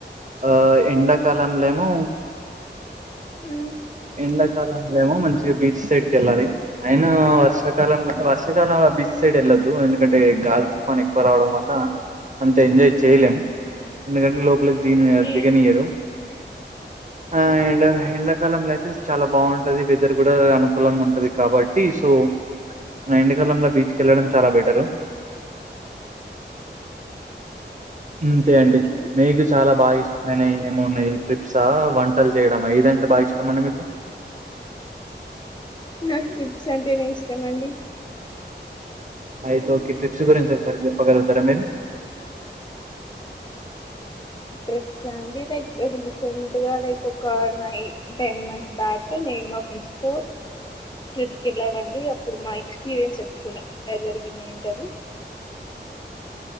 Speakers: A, on the right; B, on the left.
A: ఆ ఎండాకాలంలేమో
B: మ్
A: ఎండాకాలంలేమో మంచిగా బీచ్ సైడ్ కెళ్ళాలి అయినా వర్షాకాలంలో వర్షాకాలం బీచ్ సైడ్ వెళ్ళొద్దు ఎందుకంటే గాలి తుఫాను ఎక్కువ రావడం వల్ల అంత ఎంజాయ్ చేయలేం ఎందుకంటే లోపలికి ది
B: ఓకే
A: దిగనియ్యరు ఆ
B: ఓకే
A: ఎండ్ ఎడాకాలంలయితే చాలా బావుంటది వెదర్ కూడా అనుకూలంగా ఉంటది కాబట్టి సో న ఎండకాలంలో బీచ్ కి వెళ్ళడం చాలా బెటరు. అంతే అండి
B: ఓకే
A: మేకు చాలా బాగి నేనెంది మోన్నాయి ట్రిప్సా, వంటలు చేయడమా ఇదంటే బాగా ఇష్టం అండి మీకు?
B: నాకు టిప్స్ అంటే నే ఇష్టం అండి
A: అయితే ఓకే ట్రిప్స్ గురించి ఒకసారి చెప్పగలుగుతారా మీరు?
B: ట్రిప్చ్ అండి లైక్ రీసెంట్ గా లైక్ ఒక నైన్ టెన్ మంత్స్ బ్యాక్ నే సినిమా ఫెస్ తో ట్రిప్కి వెళ్ళాడండి అప్పుడు మా ఎక్స్పీరియన్స్ చెప్పుకున్న జరిగింది ఏంటని